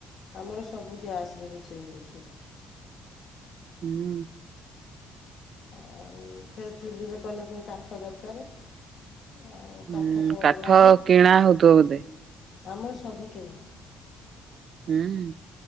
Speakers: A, on the left; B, on the right.
A: ଆମର ସବୁ ଗ୍ୟାସରେ ରୋଷେଇ ହଉଛି।
B: ହୁଁ।
A: ଆଉ ଏଥିରେ ଚୁଲିରେ କଲେ ପୁଣି କାଠ ଦରକାର। ଆଉ କାଠ
B: ହୁଁ
A: ତ
B: କାଠ
A: ନାହିଁ।
B: କିଣା ହଉଥିବ ବୋଧେ?
A: ଆମର ସବୁ କିଣା।
B: ହୁଁ ଉଁ।